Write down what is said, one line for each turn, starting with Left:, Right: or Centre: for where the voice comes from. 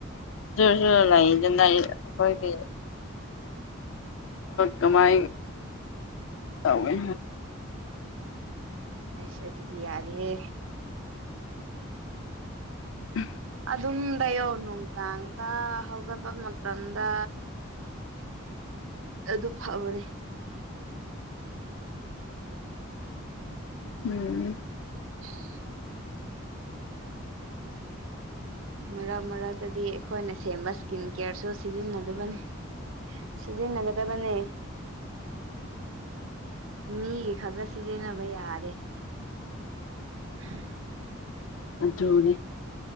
Left: ꯑꯗꯨꯔꯁꯨ ꯂꯩꯗꯅ ꯑꯩꯈꯣꯏ ꯀꯃꯥꯏ ꯇꯧꯢ
Right: ꯑꯁ ꯑꯗꯨꯗꯤ ꯌꯥꯔꯤꯍꯦ
Left: ꯎꯝ
Right: ꯑꯗꯨꯝ ꯇꯩꯌꯣ ꯅꯨꯡꯗꯥꯡꯗ ꯍꯧꯒꯠꯄ ꯃꯇꯝꯗ ꯑꯗꯨ ꯐꯕꯅꯦ
Left: ꯎꯝ
Right: <unintelligible>
Left: <inaudible>
Right: ꯃꯔꯛ ꯃꯔꯛꯇꯗꯤ ꯑꯩꯈꯣꯏꯅ ꯁꯦꯝꯕ ꯏꯁꯀꯤꯟ ꯀꯦꯌꯔꯁꯨ ꯁꯤꯖꯤꯟꯅꯗꯕꯅꯤ ꯁꯤꯖꯤꯟꯅꯒꯗꯕꯅꯦ ꯃꯤꯒꯤ ꯈꯒ ꯁꯤꯖꯤꯟꯅꯕ ꯌꯥꯔꯦ
Left: ꯎꯝ
Right: <unintelligible>
Left: ꯑꯗꯨꯅꯤ